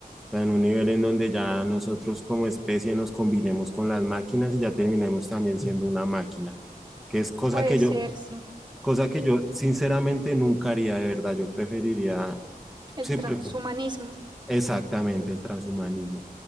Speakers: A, in the centre; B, on the right.
A: O sea, en un nivel en donde ya nosotros como especie nos combinemos con las máquinas y ya terminemos también siendo una máquina, que es cosa
B: Puede
A: que yo,
B: ser, sí,
A: cosa que yo sinceramente nunca haría de verdad. Yo preferiría,
B: el
A: sí,
B: transhumanismo.
A: pref- Exactamente, el transhumanismo.